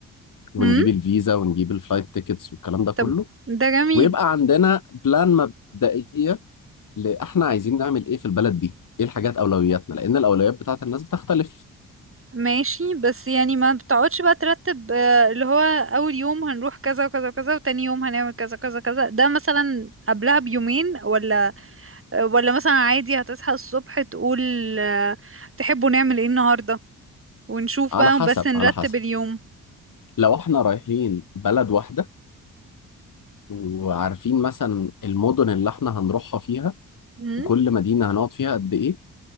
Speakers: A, on the right; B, on the left.
A: مم.
B: ونجيب الفيزا ونجيب الفلايت تيكتس والكلام ده كله
A: طب ده جميل
B: ويبقى عندنا بلان مبدئية لإحنا عايزين نعمل إيه في البلد دي إيه الحاجات أولوياتنا لأن الأولويات بتاعت الناس بتختلف
A: ماشي بس يعني ما بتقعدش بقى ترتب آه، اللي هو اول يوم هنروح كذا وكذا وكذا وتاني يوم هنعمل كذا كذا كذا ده مثلا قبلها بيومين ولا آه، ولا مثلا عادي هتصحى الصبح تقول آه، تحبوا نعمل ايه النهاردة ونشوف
B: على
A: بقى
B: حسب
A: بس نرتب
B: على حسب
A: اليوم
B: لو إحنا رايحين بلد واحدة وعارفين مثلا المدن اللي إحنا هنروحها فيها
A: امم
B: وكل مدينة هنقعد فيها قد إيه